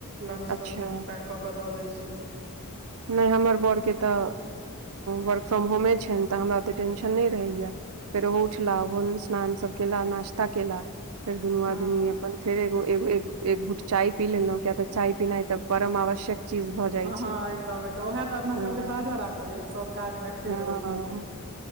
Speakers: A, on the right (about 50°); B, on the right (about 70°).
A: लंच
B: अच्छा
A: तंच पैक कऽ कऽ दऽ दैत छी
B: नहि हमर बड़ के तऽ वर्क फ्रॉम होमे छनि तऽ हमरा ओतेक टेंशन नहि रहैया फेर ओहो उठला ओन स्नान सब केल नाश्ता केलो फेर दुनू
A: हँ
B: आदमी अपन फेर एगो एगो एक घूट चाय पी लेलहुं किया तऽ चाय पीनाइ तऽ परम आवश्यक चीज भऽ जाइ
A: हँ
B: छै
A: हँ एकदम एकदम उएह तऽ अपना
B: हँ
A: सबके ताजा राखैए सब काजमे एक्टिव
B: हँ
A: रहै छी अपना सब